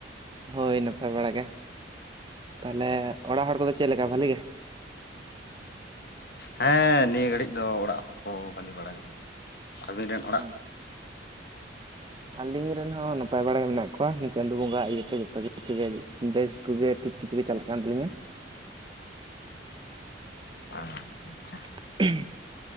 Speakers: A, on the right (about 25°); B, on the left (about 55°).
A: ᱦᱳᱭ ᱱᱟᱯᱟᱭ ᱵᱟᱲᱟ ᱜᱮ᱾ ᱛᱟᱦᱚᱞᱮ ᱚᱲᱟᱜ ᱦᱚᱲ ᱠᱚᱫᱚ ᱪᱮᱜ ᱞᱮᱠᱟ ᱵᱷᱟᱹᱞᱤ ᱜᱮ?
B: ᱦᱮᱸ ᱱᱤᱭᱟᱹ ᱜᱷᱟᱹᱲᱤᱡ ᱫᱚ ᱚᱲᱟᱜ ᱦᱚᱲ ᱠᱚ ᱵᱷᱟᱹᱞᱤ ᱵᱟᱲᱟ ᱜᱮ ᱾ ᱟᱵᱤᱱ ᱨᱮᱱ?
A: ᱟᱪᱪᱷᱟ ᱟᱹᱞᱤᱧ ᱨᱮᱱ ᱦᱚᱸ ᱱᱟᱯᱟᱭ ᱵᱟᱲᱟ ᱜᱮ ᱢᱮᱱᱟᱜ ᱠᱚᱣᱟ ᱪᱟᱸᱫᱚ ᱵᱚᱸᱜᱟ ᱤᱭᱟᱹᱛᱮ ᱡᱚᱛᱚ ᱠᱤᱪᱷᱩ ᱜᱮ ᱵᱮᱥ ᱠᱚᱜᱮ ᱴᱷᱤᱠ ᱠᱤᱪᱷᱩ ᱜᱮ ᱪᱟᱞᱟᱜ ᱠᱟᱱ ᱛᱟᱹᱞᱤᱧᱟ᱾
B: <unintelligible>
A: <inaudible>